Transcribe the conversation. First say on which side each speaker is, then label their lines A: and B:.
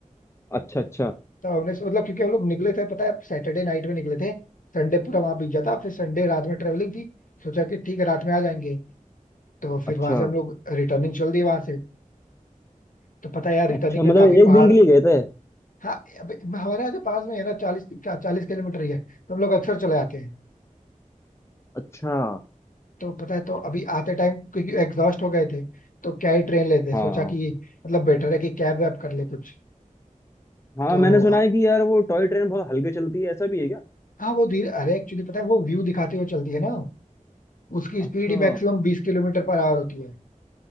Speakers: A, on the left; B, on the left.
A: अच्छा अच्छा
B: तो हमने मतलब क्योंकि हम लोग निकले थे पता है सैटरडे नाइट में निकले थे संडे पूरा वहां बीत जाता फिर संडे रात में ट्रेवलिंग थी सोचा कि ठीक है रात में आ जाएंगे तो फिर
A: अच्छा
B: वहां से हम लोग रिटर्निंग चल दी वहां से तो पता है यार रिटर्निंग
A: अच्छा
B: पे
A: मतलब
B: काफी
A: एक
B: पहाड़
A: दिन के लिए गए थे
B: हाँ अब हमारे यहाँ से पास में है ना चालीस चालीस किलोमीटर ही है तो हम लोग अक्सर चले आते हैं
A: अच्छा
B: तो पता है तो अभी आते टाइम क्योंकि एग्जॉस्ट हो गए थे तो क्या ही ट्रेन लेते
A: हाँ
B: सोचा कि मतलब बेटर है कि कैब वैब कर ले कुछ
A: हाँ
B: तो
A: मैंने सुना है कि यार वो टॉय ट्रेन बहुत हल्के चलती है ऐसा भी है क्या
B: हाँ वो धीरे अरे एक्चुअली पता है वो व्यू दिखाते हुए चलती है ना उसकी स्पीड
A: अच्छा
B: ही मैक्सिमम बीस किलोमीटर पर आवर होती है